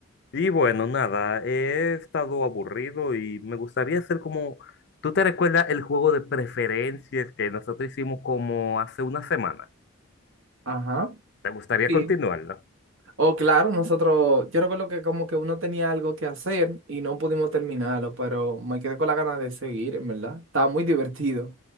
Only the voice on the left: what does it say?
Y bueno, nada, he estado aburrido y me gustaría hacer como, ¿tú te recuerdas el juego de preferencias que nosotros hicimos como hace una semana?
¿Te gustaría
continuarlo?